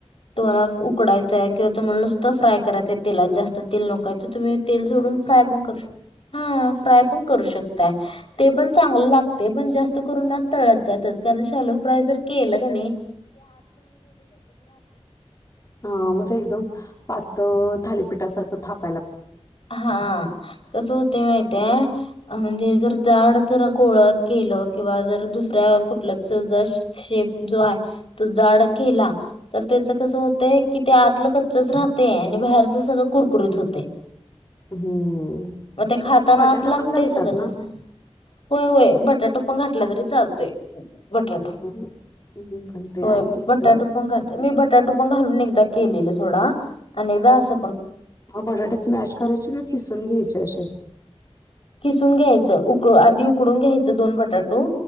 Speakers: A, on the left (about 55°); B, on the left (about 30°).
A: तुम्हाला उकडायचंय किंवा तुम्हाला नुसतं फ्राय करायचंय तेलात जास्त तेल नको काही तर तुम्ही तेल सोडून फ्राय पण करू शक हा फ्राय पण करू शकताय ते पण चांगलं लागते पण जास्त करून तळत्यातच कारण शाॅलो फ्राय जर केलं कनी
B: हा मग ते एकदम पातळ थालीपीठासारखं थाप
A: हा कसं होते माहितेय म्हणजे जर जाड जरा गोळा केलं किंवा जर दुसऱ्या कुठल्याच ज शे शेप जो आहे तो जाड केला तर त्याच कसं होतय कि ते आतलं कच्चच राहतेय आणि बाहेरच सगळं कुरकुरीत होते
B: हम्म.
A: म ते खाताना
B: त्यात बटाटा
A: आत लागतयच
B: पण घालतात
A: सगळं तस
B: ना?
A: होय होय भट बटाटा पण घातला तरी चालतोय बटाटो
B: हम्म. मी पण ते
A: होय
B: ऐकलेलं.
A: बटाटो पण घाते मी बटाट पण घालून एकदा केलेलो सोडा आणि एकदा अस
B: मग बटाटे स्मॅश करायचे का किसून घ्यायचे असे
A: किसून घ्यायच उकडु आधी उकडून घ्यायचं दोन बटाटो